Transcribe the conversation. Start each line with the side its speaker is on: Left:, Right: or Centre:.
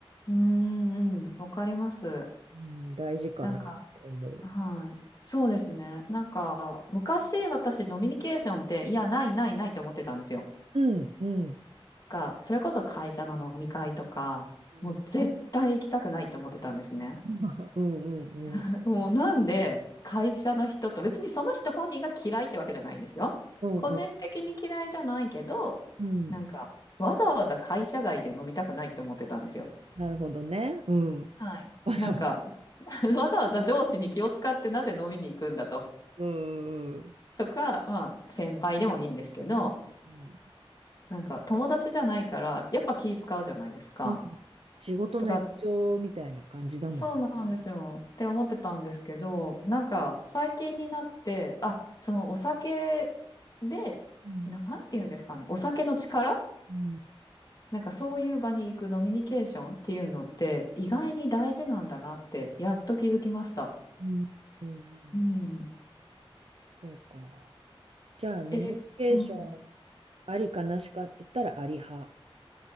Left: うーん、うん、わかります。
Right: うん、大事かなって思う。
Left: なんか、はい。そうですね。なんか、昔私、ノミニケーションって、いや、ないないないって思ってたんですよ。
Right: うん、うん。
Left: が、それこそ会社の飲み会とか、
Right: うん、
Left: もう絶対行きたくないって思ってたんですね。
Right: <laughs> うん、うん。
Left: <laughs> もうなんで、会社の人と、別にその人本人が嫌いってわけじゃないんですよ。
Right: うん、
Left: 個人的に嫌いじゃないけど、
Right: うん。うんうん
Left: なんか、わざわざ会社外で飲みたくないって思ってたんですよ。
Right: なるほどね。うん。
Left: はい。
Right: わざわざ。
Left: なんか <laughs>、わざわざ上司に気を使ってなぜ飲みに行くんだと。
Right: うん、うん。
Left: とか、まあ、先輩でもいいんですけど、
Right: うん
Left: なんか友達じゃないからやっぱ気使うじゃないですか。
Right: うん仕事の延長みたいな感じだもん。
Left: とかそうなんですよって思ってたんですけどなんか最近になってあそのお酒でなんて言うんですかねお酒の力
Right: うん、うん、
Left: なんかそういう場に行くノミニケーションっていうのって意外に大事なんだなってやっと気づきました。
Right: うん。うん
Left: うん、
Right: そうか。じゃあ、ノミニケーション
Left: え、うん、
Right: ありかなしかって言ったらあり派。